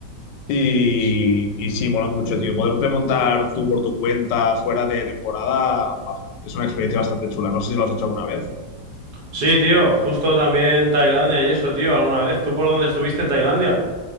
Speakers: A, on the left; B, on the right.
A: Y,
B: S-
A: y sí, mola mucho, tío. Poderte montar tú por tu cuenta fuera de temporada, guau, es una experiencia bastante chula. No sé si lo has hecho alguna vez.
B: Sí, tío, justo también Tailandia y eso, tío, alguna vez. ¿Tú por dónde estuviste en Tailandia?